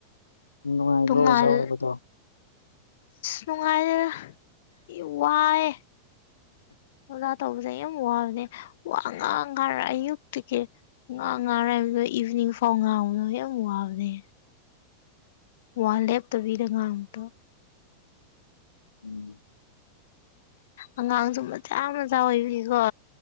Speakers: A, on the left; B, on the left.
A: ꯅꯨꯡꯉꯥꯏꯕ꯭ꯔꯣ
B: ꯇꯨꯡꯉꯜ
A: ꯑꯣꯖꯥ ꯑꯣꯏꯕꯗꯣ
B: ꯅꯨꯡꯉꯥꯏꯌꯦꯜ ꯏ ꯋꯥꯏ ꯑꯣꯖꯥ ꯇꯧꯕꯖꯦ ꯌꯥꯝ ꯋꯥꯕꯅꯦ ꯋꯥ ꯉꯥꯡ ꯈꯔ ꯑꯌꯨꯛꯇꯤꯒꯤ ꯉꯥ ꯉꯥꯔ <inaudible> ꯏꯚꯅꯤꯡ ꯐꯥꯎ ꯉꯥꯎꯕꯗꯣ ꯌꯥꯝ ꯋꯥꯕꯅꯦ ꯋꯥ ꯂꯦꯞꯇꯕꯤꯗ ꯉꯥꯡꯕꯗꯣ
A: ꯎꯝ
B: ꯑꯉꯥꯡꯁꯨ ꯃꯆꯥ ꯃꯆꯥ ꯑꯣꯏꯕꯒꯤꯒꯣ